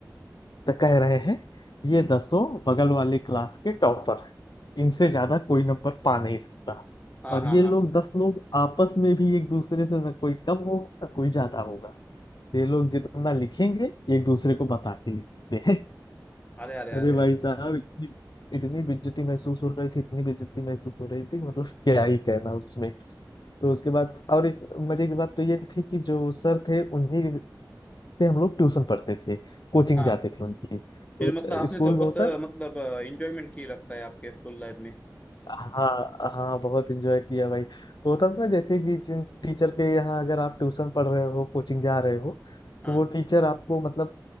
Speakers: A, on the left; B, on the left.
A: तो कह रहे हैं ये दसों बगल वाले क्लास के टॉपर हैं इनसे ज्यादा कोई नंबर पा नहीं सकता
B: हाँ
A: और
B: हाँ
A: ये
B: हाँ
A: लोग दस लोग आपस में भी एक दूसरे से न कोई कम होगा न कोई ज्यादा होगा ये लोग जितना लिखेंगे एक दूसरे को बता के लिखते हैं
B: अरे अरे
A: अरे
B: अरे
A: भाई
B: अरे
A: साहब इतनी इतनी बेइज्जती महसूस हो रही थी इतनी बेइज्जती महसूस हो रही थी मतलब क्या ही कहना उसमें तो उसके बाद और एक मजे की बात तो ये थी कि जो सर थे उन्हीं के- से हम लोग ट्यूशन पढ़ते थे कोचिंग
B: हाँ
A: जाते थे उनकी तो
B: फिर मतलब आपने
A: स्कूल
B: तो बहुत
A: में होता
B: अ, मतलब इंजॉयमेंट की लगता है आपके स्कूल लाइफ में
A: हाँ हाँ बहुत एंजॉय किया भाई वो था ना जैसे कि जिन टीचर के यहाँ अगर आप ट्यूशन पढ़ रहे हो कोचिंग जा रहे हो
B: हाँ
A: तो वो टीचर आपको मतलब